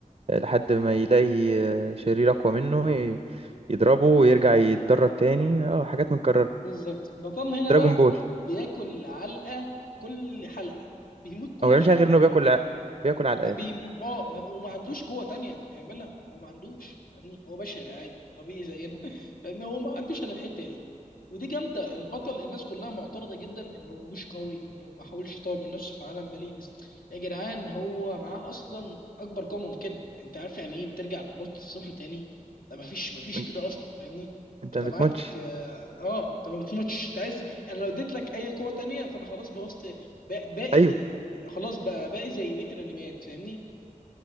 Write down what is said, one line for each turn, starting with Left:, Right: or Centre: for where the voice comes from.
Right: آه، لحد ما يلاقي آه، شرير اقوى منه ي- يضربه ويرجع يتدرب تاني اه حاجات متكررة
Left: بالظبط بطلنا هنا
Right: دراجون
Left: بقى
Right: بول
Left: بياكل علقه كل حلقه بيموت كل
Right: هو ما بيعملش
Left: حلقه
Right: حاجة غير انه بياكل ع- بياكل علقات
Left: ما بي... اه ما- وما عندوش قوة تانية يعملها هو ما عندوش يعني هو بشري عادي طبيعي زينا <laughs> لأن هو ما عندوش إلا الحتة دي ودي جامدة البطل الناس كلها معترضة جدا إنه مش قوي إنه ما حاولش يطور من نفسه في عالم مليء بز يا جدعان هو معاه أصلا أكبر قوة ممكنة أنت عارف يعني إيه بترجع لنقطة الصفر تاني ده ما فيش ما فيش
Right: انت
Left: كده أصلا فاهمني
Right: انت
Left: أنت
Right: ما
Left: معاك
Right: بتموتش
Left: آه آه، أنت ما بتموتش أنت عايز أنا لو اديت لك أي قوة تانية فأنا خلاص بوظت باقي
Right: ايوه
Left: خلاص بقى بقى زي بقيه الانميات فاهمني